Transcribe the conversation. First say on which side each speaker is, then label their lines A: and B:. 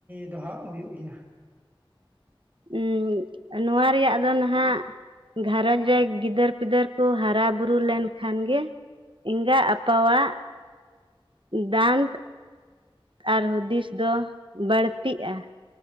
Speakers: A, on the right (about 20°); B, on the right (about 65°).
A: ᱫᱚ ᱦᱟᱸᱜ ᱦᱩᱭᱩᱜ ᱜᱮᱭᱟ?
B: ᱩᱸᱢ ᱱᱚᱣᱟ ᱨᱮᱭᱟᱜ ᱫᱚ ᱱᱟᱦᱟᱜ, ᱜᱷᱟᱨᱚᱡᱽ ᱨᱮ ᱜᱤᱫᱟᱹᱨ ᱯᱤᱫᱟᱹᱨ ᱠᱚ ᱦᱟᱨᱟ ᱵᱩᱨᱩ ᱞᱮᱱᱠᱷᱟᱱ ᱜᱮ, ᱮᱸᱜᱟ ᱟᱸᱯᱟ ᱣᱟᱜ, ᱫᱟᱱ ᱟᱨ ᱦᱩᱫᱤᱥ ᱫᱚ ᱵᱟᱹᱲᱛᱤᱜᱼᱟ